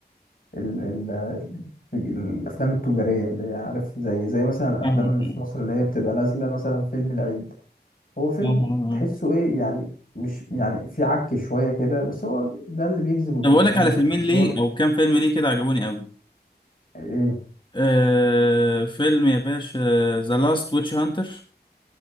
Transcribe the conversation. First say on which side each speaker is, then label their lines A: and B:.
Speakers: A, on the left (about 55°); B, on the left (about 25°).
A: ال ال ال الأفلام التجارية اللي هي عارف زي زي مثلا الأفلام
B: فاهمك
A: اللي في مصر اللي هي بتبقى نازلة مثلا فيلم العيد هو فيلم
B: طبعا
A: تحسه إيه يعني مش يعني في عك شوية كده بس هو ده اللي بيجذب الجمهور
B: طب اقول لك على فيلمين
A: يعني بس
B: ليه
A: هو
B: او كام فيلم ليه كده عجبوني قوي
A: إيه
B: آه فيلم يا باشا ذا لاست ويتش هانتر